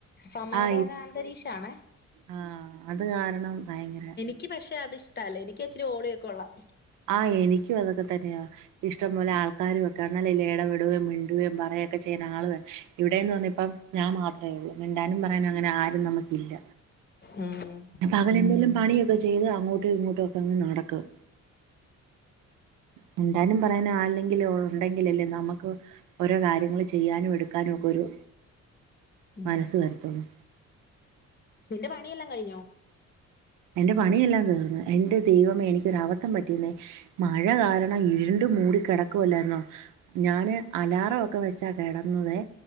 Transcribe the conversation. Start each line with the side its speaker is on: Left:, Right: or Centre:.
Left: സമാധാന
Right: ആ
Left: അന്തരീക്ഷാണേ
Right: ആഹ അത് കാരണം ഭയങ്കര
Left: എക്ക് പക്ഷെ അത്ഷ്ടല്ല എനിക്ക് അച്ചിരി ഒളിയം കൊള്ളാം
Right: ആ എനിക്കും അതൊക്കെ തന്നെയ ഇഷ്ടം പോലെ ആൾക്കാരും ഒക്കെ ആ നല്ലേല്ല ഇടപെട മ <unintelligible> പറയൊക്കെ ചെയ്യുന്ന ആള് വ <unintelligible> ഇവിടെന്ന് പറഞ്ഞിപ്പ ഞാൻ മാത്രം അയുള്ളൂ മിണ്ടാനും പറയാന അങ്ങനെ ആരും നമുക്ക് ഇല്ല
Left: ഉം
Right: പകല് എന്തേങ്കലും പണിയൊക്കെ ചെയ്ത് അങ്ങോട്ടും ഇങ്ങോട്ടും ഒക്കെ ഒന്ന് നടകും മിണ്ടാനും പറയാനും ആള ഉണ്ടെങ്കിൽല്ലേ നമുക്ക് ഓരോ കാര്യങ്ങള്ൾ ചെയ്യാനും എടുക്കാനുമ ഒക്കെ ഒരു
Left: ഉ
Right: മനസ്സ് വരത്തുള്ളൂ
Left: നിന്റെ പണിയല്ല കഴിഞ്ഞോ
Right: എന്റെ പണിയെല്ലാം തീർന്നു എൻന്റെ ദൈവമേ എനിക്കൊര അവദ്ധം പറ്റിയുന്നേ മഴ കാരണം ഇരുണ്ടും മൂടി കിടക്കുവല്ലായിരുന്നോ ഞാന് അലാറമൊക്കെ വെച്ചാ കിടന്നതേ